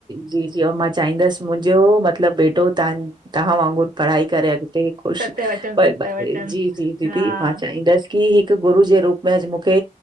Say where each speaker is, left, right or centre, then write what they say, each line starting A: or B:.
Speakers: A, on the right; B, on the right.
A: जी जी, औ मां चाहींदस, मुंहिंजो मतलब बेटो, तव्हां तव्हां वांगुरु। पढ़ाई करे, अगते ख़ुश,
B: सत्य वचन
A: ॼी
B: सत्य
A: -ॼी
B: वचन
A: दीदी,
B: हा
A: मां चाहींदस। की हिक गुरू जे रूप में अॼ मूंखे